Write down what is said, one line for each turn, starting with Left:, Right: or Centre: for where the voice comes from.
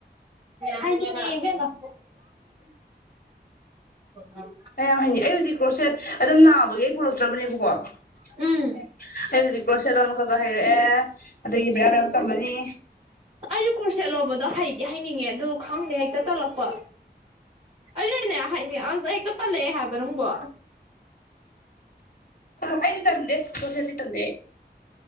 Right: ꯍꯩꯅꯤꯡꯉꯦ ꯏꯕꯦꯝꯃ <unintelligible>
Left: ꯑꯩ ꯌꯥꯝ ꯍꯩꯅꯤꯡꯉꯤ ꯑꯩ ꯍꯧꯖꯤꯛ ꯀ꯭ꯔꯣꯁꯦꯠ ꯑꯗꯨꯝ ꯅꯥꯕꯒꯤ ꯑꯩ ꯄꯨꯔꯛꯇ꯭ꯔꯕꯅꯦꯕꯀꯣ ꯑꯩ
Right: ꯎꯝ
Left: ꯍꯧꯖꯤꯛ ꯀ꯭ꯔꯣꯔꯁꯦꯠ ꯑꯃ ꯈꯥ ꯈꯥ ꯍꯩꯔꯛꯑꯦ ꯑꯗꯒꯤ ꯕ꯭ꯔꯦꯌꯥꯔ ꯃꯌꯥꯝ ꯇꯝꯃꯅꯤ
Right: ꯑꯩꯖꯨ ꯀꯣꯔꯁꯦꯠ ꯂꯣꯟꯕꯗꯣ ꯍꯩꯗꯤ ꯍꯩꯅꯤꯡꯉꯤ ꯑꯗꯨ ꯈꯪꯗꯦ ꯍꯦꯛꯇ ꯇꯠꯂꯛꯄ ꯑꯩꯅꯅꯦ ꯍꯩꯅꯤꯡ ꯑꯗꯨꯗꯣ ꯍꯦꯛꯇ ꯇꯜꯂꯛꯑꯦ ꯍꯥꯏꯕ ꯅꯪꯕꯣ
Left: ꯑꯩꯗꯤ ꯇꯟꯗꯦ ꯀꯊꯦꯗꯤ ꯇꯗꯦ <inaudible>